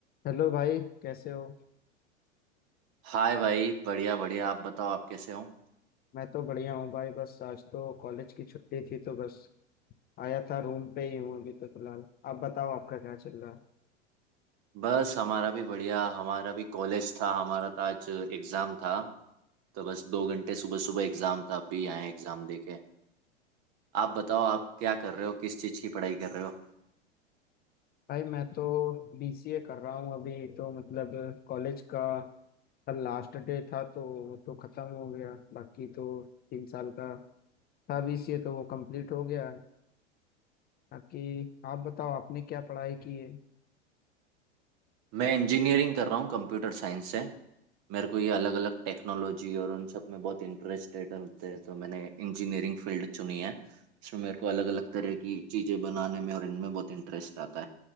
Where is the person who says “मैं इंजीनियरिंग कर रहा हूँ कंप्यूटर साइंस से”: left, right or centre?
Right